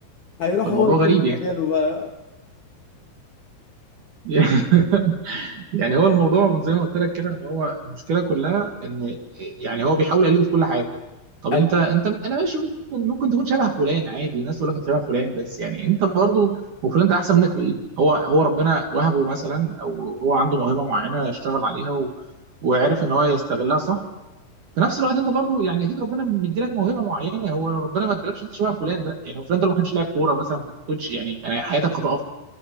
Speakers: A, on the left; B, on the right.
A: هيروح
B: فالموضوع
A: هو يكمل
B: غريب يعني
A: مكانه بقى
B: <laughs> يعني هو الموضوع من زي ما قلت لك كده ان هو المشكله كلها ان يعني هو بيحاول يقلده في كل حاجه طب
A: عايز-
B: انت انت انا ماشي ممكن ممكن تكون شبه فلان عادي والناس تقول لك انت شبه فلان بس يعني انت برضه هو فلان ده احسن منك في ايه؟ هو هو ربنا وهبه مثلا او هو عنده موهبه معينه اشتغل عليها و... وعرف ان هو يستغلها صح في نفس الوقت انت برضو يعني اكيد ربنا مديلك موهبه معينه هو ربنا ما ادالكش انت شبه فلان ده يعني لو فلان ده لو ما كانش لاعب كوره مثلا كنت كوتش يعني كان حياتك هتقف